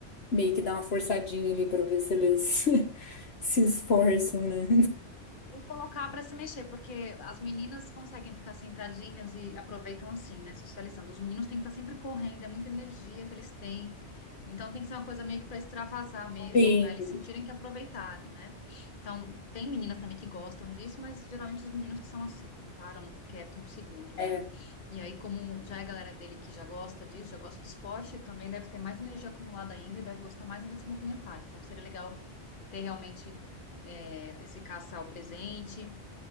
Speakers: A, on the left; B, on the left.
A: meio que dar uma forçadinha ali pra ver se eles <laughs> se esforçam, né?
B: E colocar para se mexer, porque as meninas conseguem ficar sentadinhas e aproveitam assim, né? Socializando. Os meninos têm que estar sempre correndo, é muita energia que eles têm. Então tem que ser uma coisa meio que para extravasar mesmo,
A: Sim,
B: para eles sentirem que aproveitaram, né? Então, tem meninas também que gostam disso, mas geralmente os meninos que são assim, que não param quieto um segundo,
A: é.
B: né? E aí, como já é a galera dele que já gosta disso, já gosta de esporte, também deve ter mais energia acumulada ainda e deve gostar mais ainda de se movimentar. Então, seria legal ter realmente é, esse caçar o presente